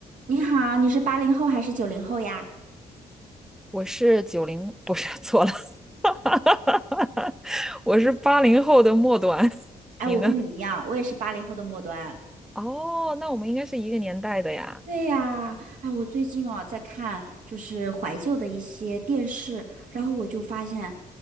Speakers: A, on the right; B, in the centre.
A: 你好，你是八零后还是九零后呀？
B: 我是九零，不是，<laughs> 错了，<laughs> 我是八零后的末端，
A: 哎，
B: 你呢？
A: 我跟你一样，我也是八零后的末端。
B: 哦，那我们应该是一个年代的呀。
A: 对呀，哎，我最近哦在看就是怀旧的一些电视，然后我就发现，